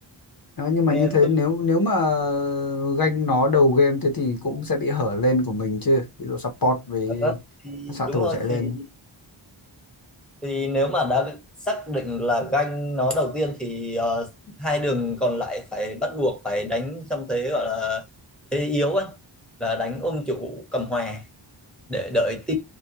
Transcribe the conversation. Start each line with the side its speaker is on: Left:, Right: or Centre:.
Left: Đó, nhưng mà
Centre: nghe
Left: như thế
Centre: thương
Left: nếu nếu mà ganh nó đầu game thế thì cũng sẽ bị hở lên của mình chứ. Ví dụ support với
Centre: cảm giác. thì
Left: xạ
Centre: đúng
Left: thủ
Centre: rồi
Left: chạy lên.
Centre: thì thì nếu mà đã xác định là ganh nó đầu tiên thì ờ, hai đường còn lại phải bắt buộc phải đánh trong thế gọi là thế yếu ấy là đánh ôm chủ cầm hòa để đợi team